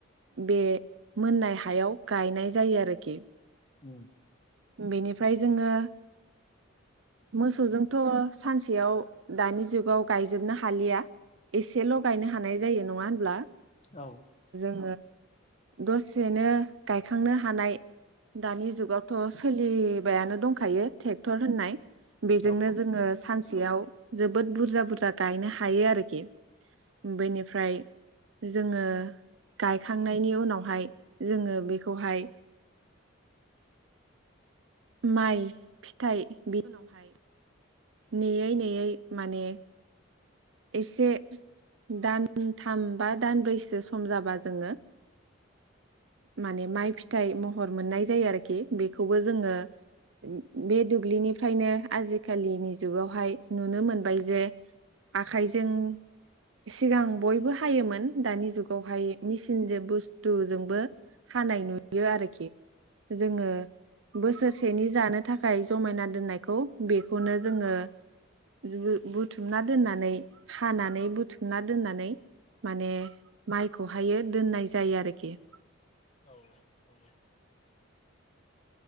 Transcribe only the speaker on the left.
उम
औ
औ नंगौ
औ औ